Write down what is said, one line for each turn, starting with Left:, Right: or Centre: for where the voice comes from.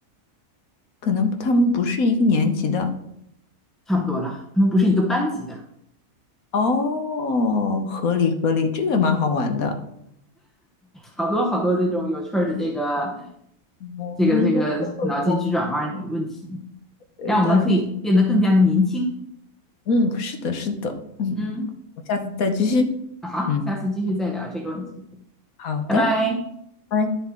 Left: 可能他们不是一个年级的。
Centre: 差不多了，他们不是一个班级的，
Left: 哦，合理合理，这个也蛮好玩的。
Centre: 好多好多这种有趣儿的这个
Left: 我们应该多做做，
Centre: 这个这个脑筋急转弯儿的问题，
Left: 对，
Centre: 让我们可以变得更加的年轻。
Left: 锻炼。嗯，是的，是的。嗯，
Centre: 嗯。
Left: 我下次再继续。
Centre: 好，
Left: 嗯，
Centre: 下次继续再聊这个问题，
Left: 好的。
Centre: 拜拜。
Left: 拜拜。